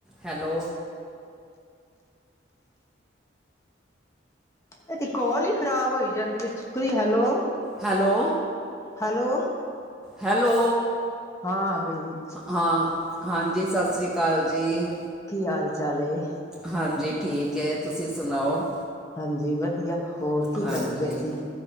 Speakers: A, in the centre; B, on the left.
A: Hello
B: ਇਹਦੀ ਕੋਲ ਹੀ ਖਰਾਬ ਹੋਈ ਜਾਂਦੀ ਵੀ ਚੁੱਕਦੀ ਹੈਲੋ।
A: ਹੈਲੋ
B: ਹੈਲੋ
A: ਹੈਲੋ
B: ਹਾਂ ਆ ਰਹੀ ਹੈ।
A: ਹਾਂ ਹਾਂਜੀ ਸਤਿ ਸ਼੍ਰੀ ਅਕਾਲ ਜੀ
B: ਕੀ ਹਾਲ ਚਾਲ ਏ।
A: ਹਾਂਜੀ ਠੀਕ ਹੈ ਤੁਸੀਂ ਸੁਣਾਓ
B: ਹਾਂਜੀ ਵਧੀਆ। ਹੋਰ ਕੀ
A: ਹਾਂਜੀ,
B: ਕਰਦੇ ਪਏ ਸੀ